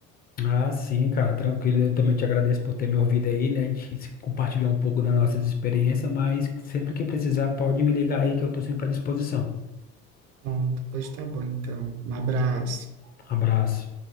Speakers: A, on the left; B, on the right.
A: Ah, sim, cara, tranquilo. Eu também te agradeço por ter me ouvido aí, né? A gente se compartilhou um pouco das nossas experiências, mas sempre que precisar, pode me ligar aí que eu tô sempre à disposição.
B: Bom, depois tá bom, então. Um abraço.
A: Abraço.